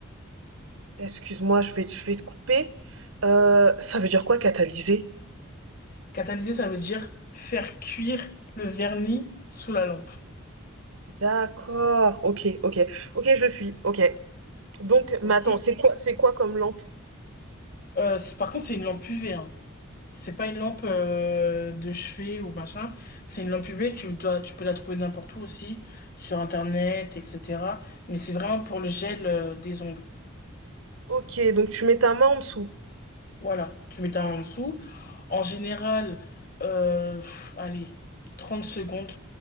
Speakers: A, on the right (about 80°); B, on the left (about 45°).
A: excuse-moi, je vais, je vais te couper. Euh, ça veut dire quoi catalyser?
B: Catalyser, ça veut dire faire cuire le vernis sous la lampe.
A: D'accord, ok, ok. Ok, je suis, ok. Donc, mais
B: Ok.
A: attends, c'est quoi, c'est quoi comme lampe?
B: Euh, c'est- par contre, c'est une lampe UV. Hein. C'est pas une lampe euh, de chevet ou machin. C'est une lampe UV. Tu dois, tu peux la trouver n'importe où aussi, sur Internet, etc. Mais c'est vraiment pour le gel euh, des ongles.
A: Ok, donc tu mets ta main en dessous.
B: Voilà, tu mets ta main en dessous. En général, euh, pff, allez, 30 secondes,